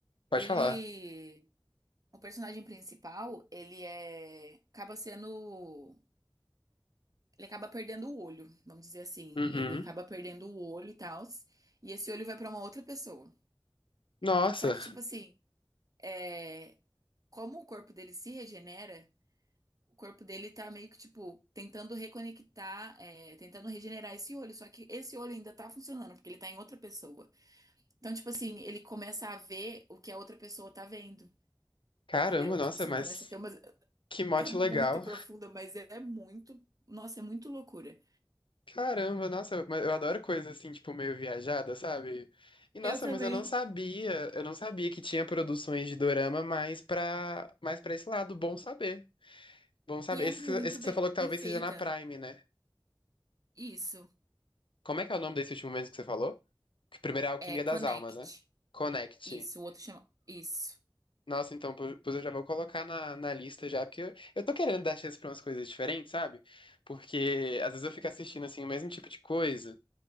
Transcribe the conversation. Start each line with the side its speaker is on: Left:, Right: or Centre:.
Left: Pode
Right: Ele,
Left: falar.
Right: o personagem principal, ele é, acaba sendo, ele acaba perdendo o olho, vamos dizer assim.
Left: Uhum.
Right: Ele acaba perdendo o olho e tal, e esse olho vai pra uma outra pessoa.
Left: Nossa,
Right: Só que, tipo assim, é, como o corpo dele se regenera O corpo dele tá meio que, tipo, tentando reconectar, é, tentando regenerar esse olho. Só que esse olho ainda tá funcionando, porque ele tá em outra pessoa. Então, tipo assim, ele começa a ver o que a outra pessoa tá vendo.
Left: caramba,
Right: Entendeu?
Left: nossa,
Right: Tipo assim,
Left: mas
Right: começa a ter umas.
Left: que mote
Right: É muito
Left: legal.
Right: profunda, mas é muito. Nossa, é muito loucura.
Left: Caramba, nossa, mas eu adoro coisa assim, tipo, meio viajada, sabe? E nossa,
Right: Eu também.
Left: mas eu não sabia, eu não sabia que tinha produções de dorama mais pra, mais pra esse lado, bom saber. Bom saber.
Right: E é
Left: Esse,
Right: muito
Left: que- esse
Right: bem
Left: que você falou que talvez
Right: feita.
Left: seja na Prime, né?
Right: Isso.
Left: Como é que é o nome desse último mesmo que você falou? Que primeiro é Alquimia
Right: É Connect.
Left: das Almas, né? Connect.
Right: Isso. O outro chama. Isso.
Left: Nossa, então, po- pois eu já vou colocar na, na lista já, porque eu, eu tô querendo dar chance pra umas coisas diferentes, sabe? Porque às vezes eu fico assistindo, assim, o mesmo tipo de coisa.